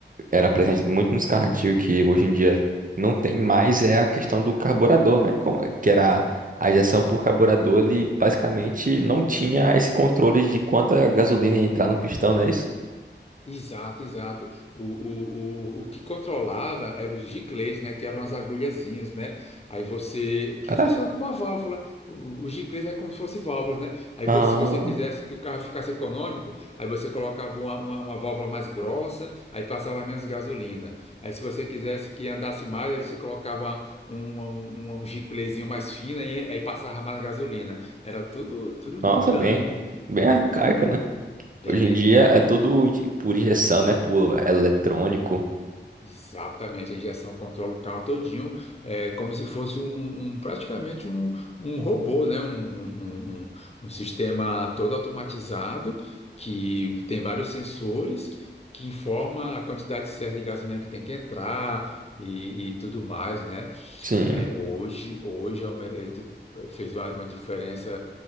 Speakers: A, on the right; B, on the left.
A: era presente muito nos carros antigos que hoje em dia não tem mais é a questão do carburador, né? Como- é Que era a injeção por carburador, ele basicamente não tinha esse controle de quanta gasolina ia entrar no pistão, não é isso?
B: Exato, exato. O, o, o, o que controlava eram os giclês, né? Que eram as agulhazinhas, né? Aí você. Que
A: É?
B: funciona como uma válvula. O- o- Os giclês é como se fossem válvulas, né? Aí
A: Ah,
B: você, se você quisesse que o carro ficasse econômico, aí você colocava uma, uma, uma válvula mais grossa, aí passava menos gasolina. Aí se você quisesse que andasse mais, aí você colocava um, um, um giclezinho mais fino, aí, aí passava mais gasolina. Era tudo, tudo
A: nossa,
B: mecânico.
A: bem, bem arcaico, né?
B: Bem,
A: Hoje em dia
B: bem.
A: é tudo inje- por injeção, né? Por eletrônico.
B: Exatamente, a injeção controla o carro todinho, é como se fosse um, um- um, praticamente um, um robô, né? Um, um, um, um- um sistema todo automatizado que tem vários sensores que informa a quantidade certa de gasolina que tem que entrar e, e tudo mais, né?
A: Sim.
B: É, hoje, hoje é uma- é de- fez uma, uma diferença